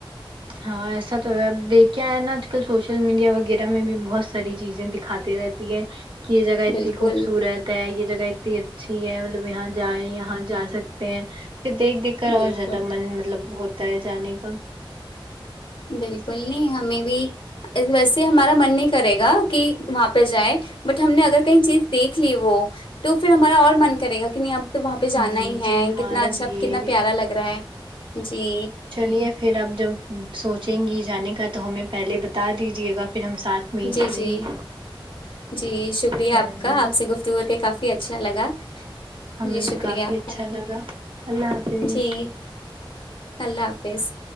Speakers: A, on the right (about 65°); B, on the left (about 70°).
A: ہاں ایسا تو ہے اب دیکھ کے ہے نا آج کل سوشل میڈیا وغیرہ میں بھی بہت ساری چیزیں دکھاتے رہتے تی ہے کہ یہ جگہ اتنی
B: بالکل
A: خوبصورت ہے یہ جگہ اتنی اچھی ہے مطلب یہاں جائیں یہاں جا سک پھر دیکھ دیکھ کر
B: بالکل
A: اور زیادہ من مطلب ہوتا ہے جانے کا
B: بالکل نہیں ہمیں بھی ویسے ہمارا من نہیں کرے گا کی وہاں پہ جائے بٹ ہم نے اگر کہیں چیز دیکھ لی وہ تو پھر ہمارا اور من کرے گا کہ نہیں اب تو وہاں پہ جانا
A: جی
B: ہی ہے
A: جی ہمارا
B: کتنا اچھا
A: بھی یہی
B: کتنا پیارا
A: ہے
B: لگ رہا ہے جی
A: چلیے پھر آپ جب سوچیں گی جانے کا تو ہمیں پہلے بتا دیجیے گا پھر ہم ساتھ میں ہی
B: جی
A: چلیں
B: جی
A: گے
B: جی شکریہ
A: چلیے
B: آپ کا آپ سے گفتگور کہ کافی اچھا لگا
A: ہمیں
B: جی
A: بھی
B: شکریہ
A: کافی
B: آپ
A: اچھا
B: کا
A: لگا اللہ حافظ
B: جی اللہ حافظ